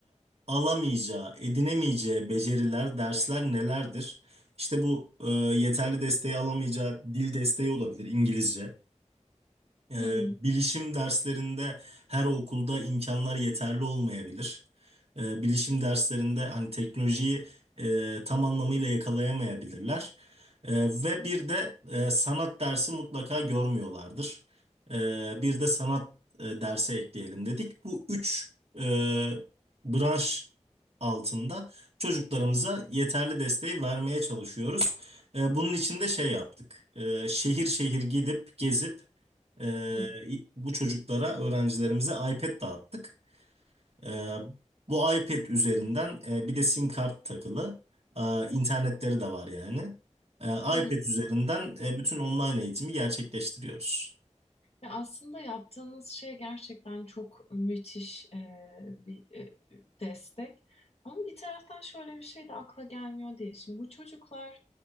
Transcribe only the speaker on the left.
Hı hı.
Hı
hı. hı.
Ya aslında yaptığınız şey gerçekten çok müthiş e, bir e, destek. Ama bir taraftan şöyle bir şey de akla gelmiyor değil. Şimdi bu çocuklar